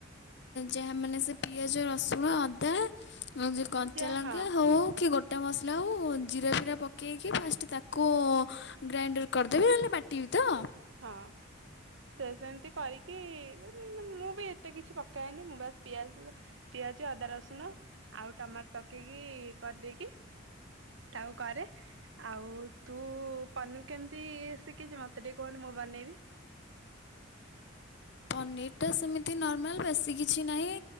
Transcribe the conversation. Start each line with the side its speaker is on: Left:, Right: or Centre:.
Left: ଯାହା ମାନେ ସେ ପିଆଜ, ରସୁଣ, ଅଦା ଯୋଉ କଞ୍ଚା
Right: ଯା
Left: ଲଙ୍କା
Right: ହଁ
Left: ହଉ କି ଗୋଟା ମସଲା ହଉ ଜିରା ଫିରା ପ ପକେଇକି ଫାଷ୍ଟ ତାକୁ ଗ୍ରାଇଣ୍ଡର୍ କରିଦେବି ନହେଲେ ବାଟିବି ତ।
Right: ହଁ। ତ ସେମିତି କରିକି ମୁଁ ବି ଏତେ କିଛି ପକାଏନି ମୁଁ ବାସ୍ ପିଆଜ ପିଆଜ, ଅଦା, ରସୁଣ ଆଉ ଟମାଟର ପକେଇକି କରିଦେଇକି ତାଉ କରେ। ଆଉ ତୁ ପନିର କେମିତି ସିକିଚୁ ମତେ ଟିକେ କହୁନୁ ମୁଁ ବନେଇବି।
Left: ପନିରଟା ସେମିତି ନର୍ମାଲ ବେଶୀ କିଛି ନାହିଁ